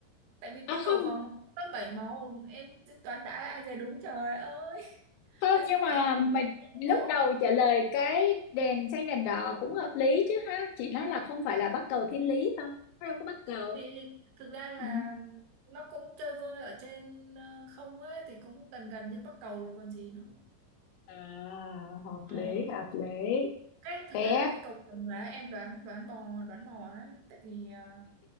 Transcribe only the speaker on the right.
tại vì
cái
cầu vồng nó có bảy màu em đoán đã ai về đúng trời ơi
Ê, xin
lỗi
em
cái
bộ
thì thực ra là
nó cũng chơi vơi ở trên ờ, không ấy thì cũng gần gần như Bắc Cầu rồi còn gì nữa
ờ.
cái thực
ra là cái cầu Trồng Lá em đoán đoán bò đoán mò đó tại vì ờ,